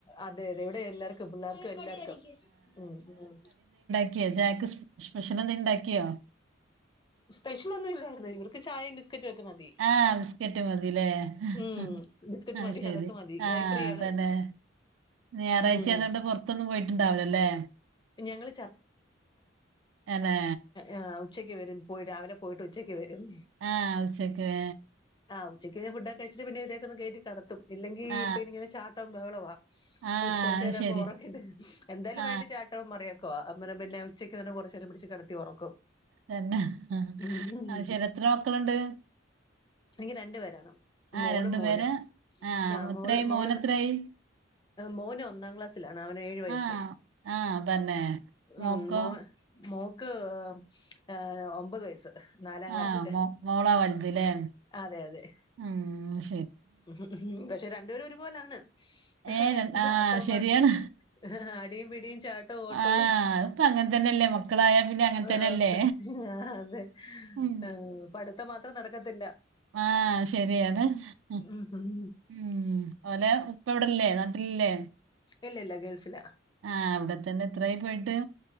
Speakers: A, on the left; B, on the right.
A: അതെ അതെ ഇവിടെ എല്ലാർക്കും പിള്ളേർക്കും എല്ലാർക്കും ഉം ഉം
B: ക്കിയ ചായക്ക് സ് സ്പെഷ്യലെ ന്തേലും ഉണ്ടാക്കിയോ
A: സ്പെഷ്യലൊന്നുല്ലായിരുന്നു ഇവർക്ക് ചായയും ബിസ്ക്കറ്റുഒക്കെമതി.
B: ആ ബിസ്ക്കറ്റ് മതിലേ.. ഹ്
A: ഉം
B: ഹ
A: ബിസ്ക്കറ്റ്
B: ഹഅ
A: മതി
B: യ് ശരി
A: അതൊക്കെ മതി
B: ആഹ്
A: ബേക്കറിയാണ്
B: തന്നെ ഇന്ന് ഞായറാഴ്ച്ചായതുകൊണ്ട്
A: ഉം
B: പൊറത്തൊന്നും പോയിട്ടുണ്ടാവ് ലല്ലേ
A: ഞങ്ങള്
B: അനേ..
A: ആആ ഉച്ചയ്ക്ക് വരും പോയി രാവിലെ പോയിട്ട് ഉച്ചയ്ക്ക് വരും. ഹ്
B: ആഹ് ഉച്ചക്കുവേ
A: ആഹ് ഉച്ചക്ക്ഫുഡൊക്കെഴിച്ചിട്ട് പിന്നെ ഇവരൊകെഒന്ന് കയറ്റി കടത്തും ഇല്ലെങ്കീ
B: ആ
A: പിന്നിവിടെഇങ്ങനെ ചാട്ടം ബഹളവാ
B: ആ
A: ഓ കൊറച്ചു
B: അത്
A: നേരംപ്പൊ
B: ശരി
A: ഉറങ്ങട്ടെ എന്തായാലും
B: ആ
A: വൈകിട്ട് ചാട്ട മറയാ കൊ അന്നേരം പിന്നെ ഉച്ചക്ക് തന്നെകൊറച്ച് രം പിടിച്ച് കിടത്തി ഉറക്കും
B: തന്നെ ഹ് ഹ ഹ്
A: ഉം
B: അയ് ശരി എത്ര മക്കളുണ്ട്
A: എനിക്ക് രണ്ടു പേരാണ്
B: ആ
A: മോളും
B: രണ്ടുപേര്
A: മോനും
B: ആ
A: ക്കാ
B: എത്രയായി
A: മോള് മോള്
B: മോനെത്രയായി
A: മോനു ഒന്നാം ക്ലാസ് ലാണ് അവന് ഏഴു വയസ്സ്.
B: ആ ആ തന്നെ മോക്കോ
A: ഉം മോന് മോക്ക്... ഏ.. ഒമ്പത് വയസ്സ് നാലാം ക്ലാസ്സില്
B: ആഹ് മോളാ വലുത് ലേ
A: അതെ അതെഹ്
B: ഉംഊമ്ശ്
A: ഉഹും ഉഹും പക്ഷെ രണ്ടുപേരും ഒരുപോലാണ് അഹ
B: ഏ
A: ഹ്
B: രൺ- ആ
A: ചാട്ട <unintelligible>
B: ശരിയാണ്
A: ഹ ഹ ഹ അടിയും പിടിയും ചാട്ടോ ഓട്ടവും
B: ആ ഇപ്പൊ അങ്ങനെ തന്നെയല്ലേ മക്കളായ പിന്നെ
A: <unintelligible>
B: അങ്ങനെ തന്നെയല്ലേ ഉം
A: പഠിത്തം മാത്രം നടക്കത്തില്ല
B: ആഹ് ശരിയാണ് ഹ് ഹും
A: ഉം
B: ഉം ഓലെ ഉപ്പ ഇവിടല്ലേനാട് ട്ട ല്ലേ
A: ഇല്ലല്ല ഗൾഫില
B: ആഹ അവിടെ തന്നെ എത്രായി പോയിട്ട്?